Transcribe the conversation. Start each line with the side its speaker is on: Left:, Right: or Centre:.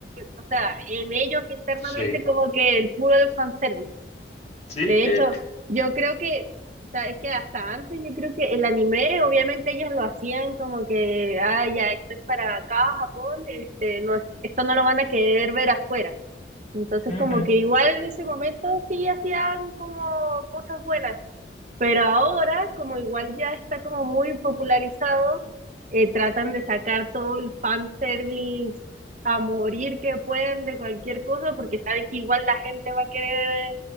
Right: o sea, en ellos internamente
Left: Sí,
Right: como que el puro del fanservice.
Left: sí.
Right: De
Left: eh,
Right: hecho, yo creo que, o sea, es que hasta antes yo creo que el anime, obviamente ellos lo hacían como que, ah, ya, esto es para acá, Japón, este, no, esto no lo van a querer ver afuera. Entonces,
Left: ujú,
Right: como que igual en ese momento sí hacían como cosas buenas, pero ahora, como igual ya está como muy popularizado, eh, tratan de sacar todo el fanservice a morir que puedan de cualquier cosa, porque saben que igual la gente va a querer